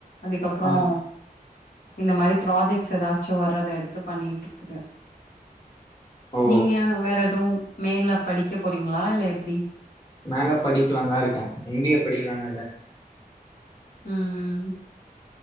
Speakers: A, on the left; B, on the left.
A: அதுக்கப்றோ
B: ஆ
A: இந்த மாரி ப்ராஜெக்ட்ஸ் எதாச்சு வ ர்றத எடுத்து பண்ணிட்ருக்குது
B: ஓ
A: நீங்க வேறெது மேல படிக்க போறீங்களா இல்ல எப்டி
B: மேல படிக்லான்தா இருக்க எம் பி ஏ படிக்லானிருக்க
A: ம்